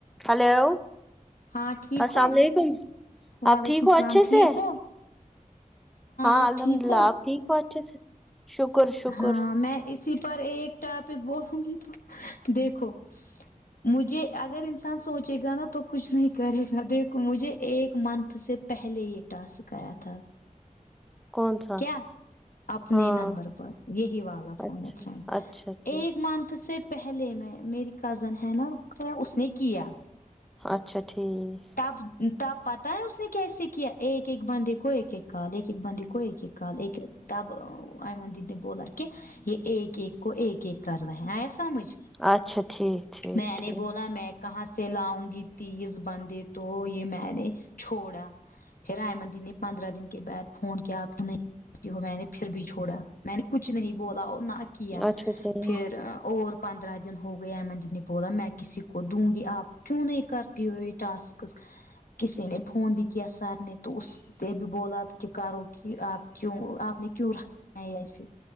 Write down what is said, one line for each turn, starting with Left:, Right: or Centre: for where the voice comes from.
Centre: hello
Left: ہاں ٹھیک
Centre: السلام
Left: ہو
Centre: علیکم
Left: وعلیکم
Centre: آپ ٹھیک ہو
Left: السلام
Centre: اچھے
Left: ٹھیک
Centre: سے
Left: ہو
Centre: ہاں
Left: آپ
Centre: الحمد
Left: ٹھیک
Centre: للہ
Left: ہو
Centre: آپ ٹھیک ہو اچھے سے شکر شکر
Left: ہاں میں اسی پر ایک ٹاپک بولوں گی تو دیکھو مجھے اگر انسان سوچے گا نا تو کچھ نہیں کرے گا دیکھو مجھے ایک منتھ سے پہلے یہ ٹاسک آیا تھا
Centre: کون سا
Left: کیا اپنے
Centre: ہاں
Left: نمبر پر یہی والا فون
Centre: اچھا
Left: ہے فرینڈ
Centre: اچھا ٹھیک
Left: ایک منتھ سے پہلے میں میری کزن ہے نا رقیہ اس نے کیا
Centre: اچھا ٹھیک
Left: اب تب پتا ہے اس نے کیسے کیا ایک ایک بندی کو ایک ایک کال ایک ایک بندی کو ایک ایک کال ایک تب ائمن دیدی نے بولا کہ یہ ایک ایک کو ایک ایک کر رہے ہے آیا سمجھ
Centre: اچھا ٹھیک ٹھیک
Left: میں نے
Centre: ٹھیک
Left: بولا میں کہاں سے لاؤں گی تیز بندے تو یہ میں نے چھوڑا پھر آئمن دی نے پندرہ دن کے بعد فون کیا اب کہ ہو میں نے پھر بھی چھوڑا میں نے کچھ نہیں بولا نہ کیا
Centre: اچھا ٹھیک
Left: پھر اور پندرہ دن ہو گئے ائمن دی نے بولا میں کسی کو دوں گی آپ کیوں نہیں کرتی ہو یہ ٹاسک کسی نے فون بھی کیا سر نے تو اس نے بھی بولا کہ کرو کہ آپ کیوں آپ نے کیوں رکھا ہے ایسے